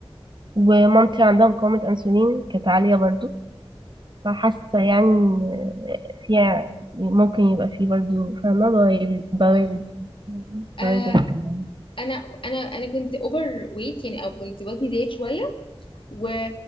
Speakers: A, on the right; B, on the left.
A: ومامتي عندها مقاومة انسولين كانت عالية برضو فحاسة يعني إن فيها ممكن يبقى فيه برضو فاهمة بوارد بوارد
B: اه آه،
A: بوادر في الموضوع.
B: انا انا انا كنت اوفر ويت يعني او كنت وزني زايد شويه و...